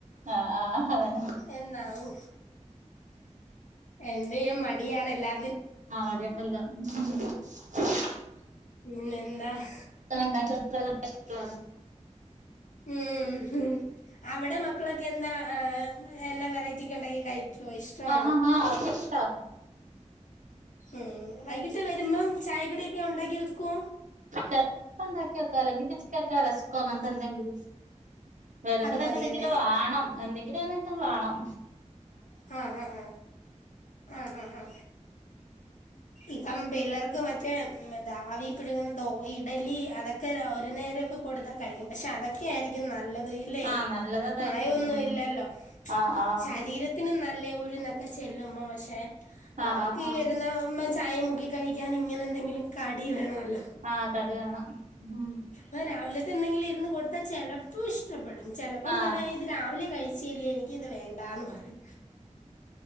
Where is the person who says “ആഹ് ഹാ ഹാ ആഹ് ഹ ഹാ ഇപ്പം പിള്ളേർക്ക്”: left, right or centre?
Left